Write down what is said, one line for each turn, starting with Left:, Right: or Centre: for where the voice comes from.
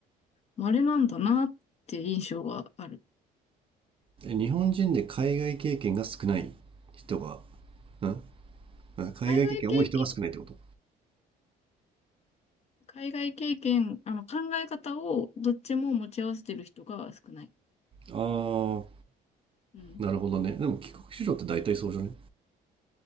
Left: 稀なんだなって印象はある。
Right: え、日本人で海外経験が少ない人が、んあ海外経験多い人が少ないってこと
Left: 海外経験、海外経験、あの、考え方をどっちも持ち合わせてる人が少ない。
Right: ああー、
Left: うん。
Right: なるほどね。でも帰国子女って大体そうじゃない